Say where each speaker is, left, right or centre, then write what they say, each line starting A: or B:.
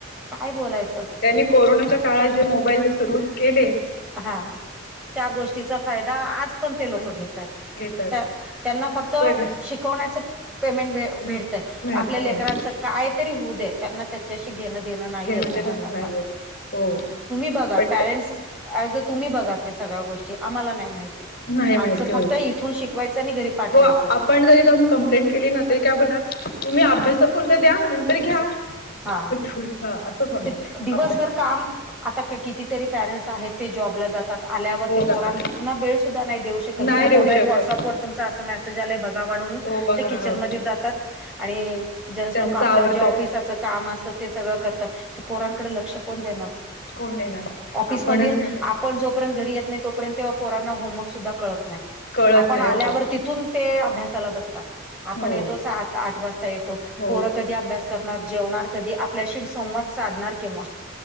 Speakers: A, in the centre; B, on the left (about 50°).
A: काय बोलायचं
B: त्यांनी कोरोनाच्या काळात जे मोबाईल सुरू केलेत
A: हा हा त्या गोष्टीचा फायदा आज पण ते लोकं
B: आज
A: घेत आहेत.
B: घेतात
A: त्यांना फक्त
B: सगळेच
A: शिकवण्याचं पेमेंट भ भेट तय
B: मिळते
A: आपल्या लेकराचं
B: हो.
A: काय तरी होऊ दे त्यांना त्याच्याशी घेणं देणं नाहीये
B: घेणं
A: कोणाला आता
B: <unintelligible>
A: तुम्ही बघा
B: बट
A: पॅरेंट्स अँज तुम्ही बघा ते सगळ्या गोष्टी आम्हांला नाही माहिती
B: नाही माहिती
A: आमचं फक्त
B: हो
A: इथून शिकवायचं आणि घरी पाठवायचं.
B: हो आपण जरी जाऊन कंप्लेट केली ना तरी काय बोलणार तुम्ही अभ्यासापुरते द्या नंतर घ्या.
A: हा
B: तुझा असं सांगणार
A: ते दिवसभर
B: अभ्यास
A: काम आता का कितीतरी पॅरेंट्स आहेत ते जॉबला जातात. आल्यावर
B: हो
A: ते
B: जात
A: पोरांना वेळ सुद्धा नाही देऊ शकत
B: नाही
A: घ्या
B: देऊ
A: मोबाईल
B: शकत
A: व्हॉट्सअपवर तुमं असा मॅसेज कसं झालंय बघा म्हणून
B: हो बघा
A: ते किचनमध्ये
B: हो
A: जातात आणि जेन्टस
B: त्यांच
A: लोकं आपलं
B: आवडतात
A: जे ऑफिसचा काम असं ते सगळं करतात ते पोरांकडे लक्ष कोण देणार?
B: कोण देणार
A: ऑफिसमध्ये
B: आपणच खात
A: आपण जोपर्यंत घरी येत नाही तोपर्यंत तेव्हा पोरांना होमवर्क सुद्धा कळत नाही
B: कळत
A: आपण
B: नाही
A: आल्यावर
B: हो
A: तिथून अभ्यासाला बसतात आपण
B: हो
A: येतो सात आठ वाजता येतो
B: हो
A: पो कधी अभ्यास करणार जेवणार कधी आपल्याशी संवाद साधणार किंवा